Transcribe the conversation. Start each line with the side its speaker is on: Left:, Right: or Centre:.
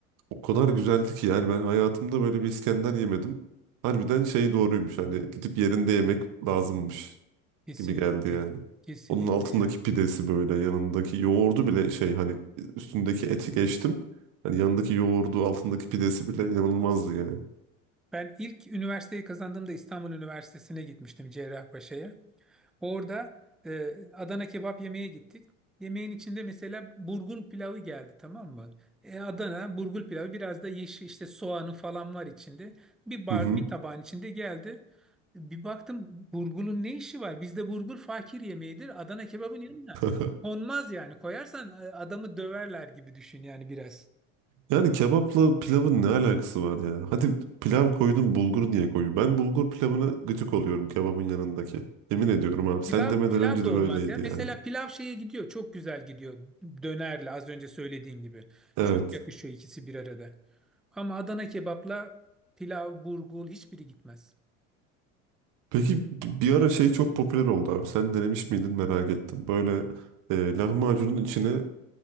Right: O kadar güzeldi ki yani ben hayatımda böyle bir İskender yemedim. Harbiden şey doğruymuş hani gidip yerinde yemek lazımmış
Centre: Kesinlikle
Right: gibi geldi yani.
Centre: ya. Kesinlikle
Right: Onun altındaki
Centre: yani.
Right: pidesi böyle yanındaki yoğurdu bile şey hani üstündeki eti geçtim. Hani yanındaki yoğurdu altındaki pidesi bile inanılmazdı yani.
Centre: Ben ilk üniversiteyi kazandığımda İstanbul Üniversitesi'ne gitmiştim Cerrahpaşa'ya. Orada e, Adana kebap yemeye gittik. Yemeğin içinde mesela burgul pilavı geldi tamam mı? E, Adana burgul pilavı biraz da yeşil işte soğanı falan var içinde. Bir bar,
Right: Hı hı.
Centre: bir tabağın içinde geldi. Bir baktım burgulun ne işi var? Bizde burgul fakir yemeğidir. Adana kebabın yanına
Right: <laughs>
Centre: konmaz yani. Koyarsan e, adamı döverler gibi düşün yani biraz.
Right: Yani kebapla pilavın ne alakası var ya? Hadi pilav koydun bulgur niye koyuyor? Ben bulgur pilavına gıcık oluyorum kebabın yanındaki. Yemin ediyorum abi sen
Centre: Pilav
Right: demeden
Centre: pilav
Right: önce
Centre: da
Right: de
Centre: olmaz
Right: böyleydi
Centre: ya. Mesela
Right: yani.
Centre: pilav şeye gidiyor. Çok güzel gidiyor. Dönerle az önce söylediğin gibi.
Right: Evet.
Centre: Çok yakışıyor ikisi bir arada. Ama Adana kebapla pilav, burgul hiçbiri gitmez.
Right: Peki bir ara şey çok popüler oldu abi. Sen denemiş miydin merak ettim. Böyle e, lahmacunun içine